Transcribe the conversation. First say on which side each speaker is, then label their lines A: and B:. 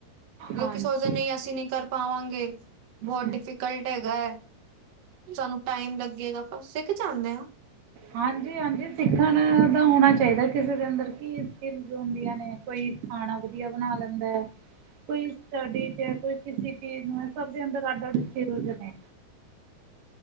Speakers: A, on the right; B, on the right.
A: ਲੋਕੀ
B: ਹਾਂਜੀ
A: ਸੋਚਦੇ ਨਹੀਂ ਅਸੀਂ ਨਹੀਂ ਕਰ ਪਾਵਾਂਗੇ। ਬਹੁਤ
B: ਹਮ
A: ਡਿਫੀਕਲਟ ਹੈਗਾ ਹੈ, ਸਾਨੂੰ ਟਾਈਮ ਲੱਗੇਗਾ ਆਪਾਂ ਸਿੱਖ ਜਾਂਦੇ ਹਾਂ।
B: ਹਾਂਜੀ ਹਾਂਜੀ ਸਿੱਖਣ ਦਾ ਹੋਣਾ ਚਾਹੀਦਾ ਕਿਸੇ ਦੇ ਅੰਦਰ, ਕੀ ਏ ਸਕਿਲਸ ਹੁੰਦੀਆਂ ਨੇ, ਕੋਈ ਖਾਣਾ ਵਧੀਆ ਬਣਾ ਲੈਂਦਾ। ਕੋਈ ਸਟੱਡੀ ਚ ਐ ਕੋਈ ਕਿਸੀ ਚੀਜ ਐ, ਸਭ ਦੇ ਅੰਦਰ ਅੱਡ ਅੱਡ ਸਕਿਲਸ ਹੈਗੇ ਨੇ।